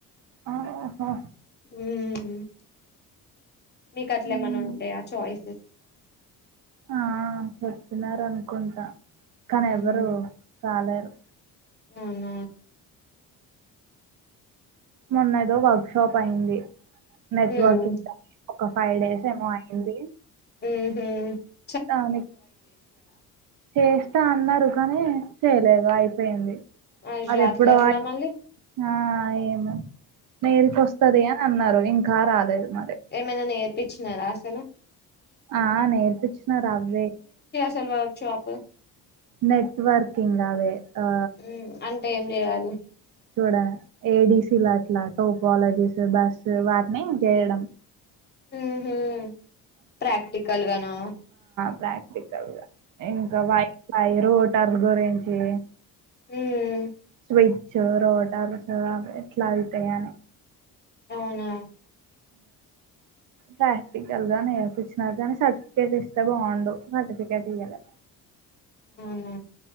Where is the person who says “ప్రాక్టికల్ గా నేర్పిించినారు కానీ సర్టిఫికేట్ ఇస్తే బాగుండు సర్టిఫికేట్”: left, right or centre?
Right